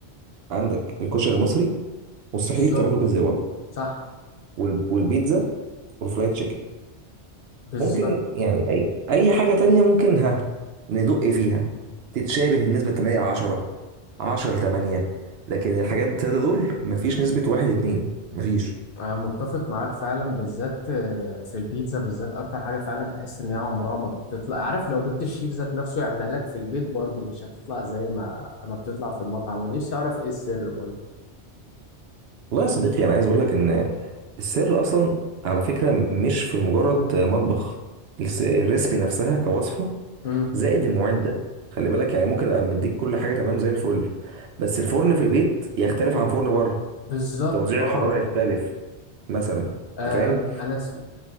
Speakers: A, on the right (about 70°); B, on the left (about 60°).
A: عندك الكشري المصري مستحيل
B: بالظبط
A: تعمله في البيت زي بره
B: صح
A: وال- والبيتزا والفرايد تشيكن
B: بالظبط
A: ممكن يعني اي اي حاجه تانية ممكن ها ندق فيها تتشابه نسبه 8 على 10 10 ل 8 لكن الحاجات التلاته دول مفيش نسبه 1 2 مفيش
B: أنا متفق معاك فعلا بالذات آه، في البيتزا بالذات أكتر حاجة فعلا تحس إن هي عمرها ما بتطلع عارف لو جبت الشيف ذات نفسه يعملها لك في البيت برضه مش هتطلع زي ما ما بتطلع في المطعم ونفسي أعرف إيه السر برضه
A: والله يا صديقي انا عايز اقول لك ان السر اصلا على فكره مش في مجرد مطبخ الس- الريسبي نفسها كوصفه
B: امم
A: زائد المعده خلي بالك يعني ممكن ابقى مديك كل حاجه تمام زي الفل بس الفرن في البيت يختلف عن فرن بره
B: بالظبط
A: توزيع
B: اه
A: الحراره يختلف مثلا
B: آه،
A: انت فاهم
B: أنا أنا س-